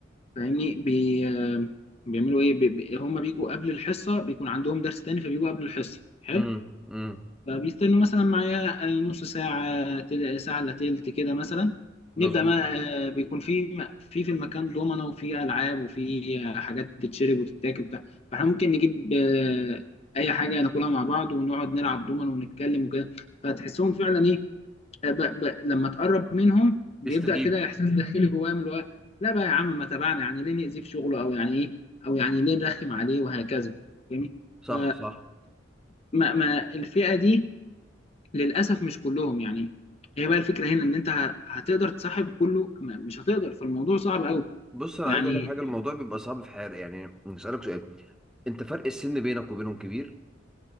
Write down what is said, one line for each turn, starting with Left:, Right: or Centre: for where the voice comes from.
Left: فاهمني بي آه، بيعملوا ايه بي بي- هم بيجوا قبل الحصة بيكون عندهم درس تاني فبيجوا قبل الحصة حلو
Centre: امم امم
Left: فبيستنوا مثلا معايا آه، نص ساعة تل- ساعة إلا تلت كده مثلا
Centre: مظبوط
Left: نبدأ ما آه، بيكون في في في المكان دومنا وفي ألعاب وفي آه، حاجات تتشرب وتتاكل بتاع فاحنا ممكن نجيب آه، أي حاجة ناكلها مع بعض ونقعد نلعب دومنا ونتكلم وكده فتحسهم فعلا إيه آه، ب... ب... لما تقرب منهم بيبدأ
Centre: يستجيب
Left: كده إحساس داخلي جواهم اللي هو لا بقى يا عم ما تابعنا يعني ليه نأذيه في شغله أو يعني إيه أو يعني ليه نرخم عليه وهكذا فاهمني؟
Centre: صح
Left: ف
Centre: صح
Left: ما ما الفئة دي للاسف مش كلهم يعني هي بقى الفكره هنا ان انت ه- هتقدر تصاحب كله م- مش هتقدر فالموضوع صعب قوي
Centre: بص انا
Left: يعني
Centre: عايز اقول لك حاجه الموضوع بيبقى صعب في حياتي يعني اسالك سؤال انت فرق السن بينك وبينهم كبير